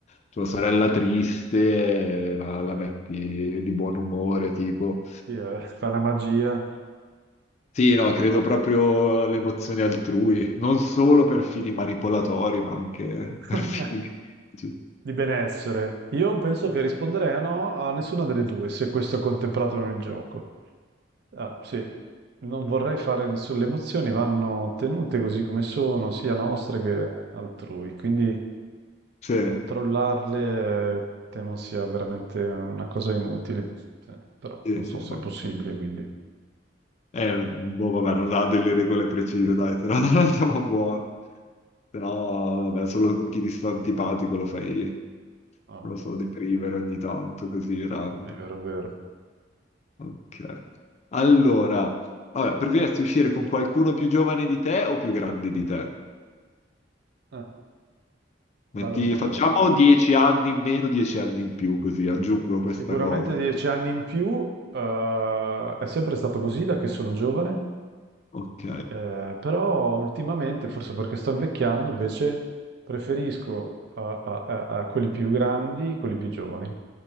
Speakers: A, on the left; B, on the right.
A: tua sorella triste, eh, la, la metti di buon umore, tipo.
B: Sì, eh, fa una magia.
A: Sì, no, credo proprio alle emozioni altrui, non solo per fini manipolatori, ma anche
B: <laughs>
A: <laughs> per fini... Sì,
B: Di benessere. Io penso che risponderei a no a nessuna delle due, se questo è contemplato nel gioco. Ah, sì, non vorrei fare nessuna... Le emozioni vanno tenute così come sono, sia nostre che altrui, quindi
A: sì,
B: controllarle eh, temo sia veramente una cosa inutile. Sì, però non
A: sì,
B: so se
A: molto.
B: è possibile, quindi...
A: Eh, boh, vabbè, non ha delle regole precise, dai, te la <laughs> non andiamo buono. Però, vabbè, solo con chi ti sta antipatico lo fai,
B: Ah,
A: non lo so, deprimere ogni tanto, così, random.
B: vero, vero.
A: Ok. Allora, vabbè, preferiresti uscire con qualcuno più giovane di te o più grande di te?
B: Eh, bella
A: Metti-
B: domanda.
A: facciamo 10 anni in meno, 10 anni in più, così aggiungo questa
B: Sicuramente
A: cosa.
B: dieci anni in più, eh, è sempre stato così da che sono giovane.
A: Ok,
B: Eh, però ultimamente, forse perché sto invecchiando, invece preferisco a, a- a- a quelli più grandi, quelli più giovani.